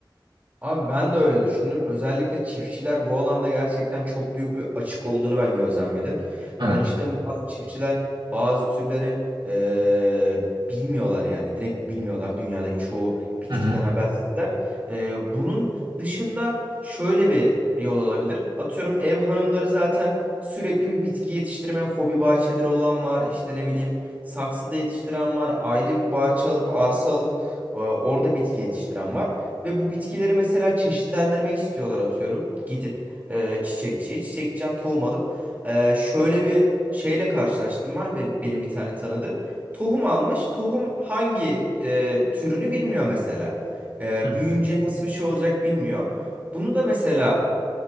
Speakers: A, on the right; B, on the right.
A: Abi ben de öyle düşündüm. Özellikle çiftçiler bu alanda gerçekten çok büyük bir açık olduğunu ben gözlemledim.
B: Evet.
A: Tanıştığım bazı çiftçiler bazı türlerin eee, bilmiyorlar yani. Direkt bilmiyorlar. Dünyadaki çoğu bitkiden
B: Hı hı.
A: habersizler. Eee, bunun dışında şöyle bir yol olabilir. Atıyorum ev hanımları zaten sürekli bir bitki yetiştirme hobi bahçeleri olan var. İşte ne bileyim saksıda yetiştiren var. Ayrı bir bahçe alıp arsa alıp eee, orada bitki yetiştiren var. Ve bu bitkileri mesela çeşitlendirmek istiyorlar atıyorum. Gidip e, çiçekçiye çiçekçiden tohum alıp e, şöyle bir şeyle karşılaştım var benim, benim bir tane tanıdığım. Tohum almış. Tohum hangi e, türünü bilmiyor mesela. E,
B: Hı
A: büyüyünce nasıl bir şey olacak bilmiyor. Bunu da mesela